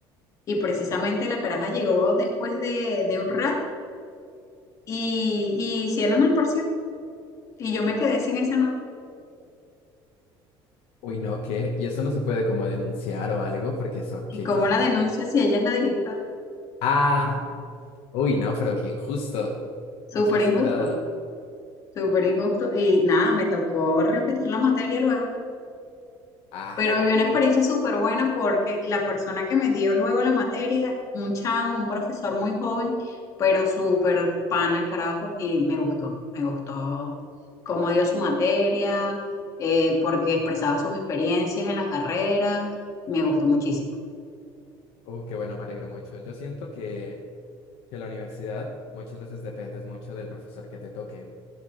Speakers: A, on the left (about 35°); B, on the left (about 75°).
A: Y precisamente la caraja llegó después de, de un rato y, y hicieron el parcial. Y yo me quedé sin esa nota.
B: Uy, no, ¿qué? Y eso no se puede como denunciar o algo, porque eso,
A: ¿Y
B: ¿qué,
A: cómo
B: qué es
A: la
B: eso?
A: denuncio si ella es la directora?
B: Ah. Uy, no, pero qué injusto.
A: Súper
B: Mucha descarada.
A: injusto, súper injusto. Y nada, me tocó repetir la materia luego.
B: Ah,
A: Pero viví una experiencia súper buena porque la persona que me dio luego la materia, un chamo, un profesor muy joven, pero súper pana el carajo, y me gustó, me gustó cómo dio su materia, eh, porque expresaba sus experiencias en la carrera, me gustó muchísimo.
B: uh, qué bueno, me alegro mucho. Yo siento que, que la universidad muchas veces dependes mucho del profesor que te toque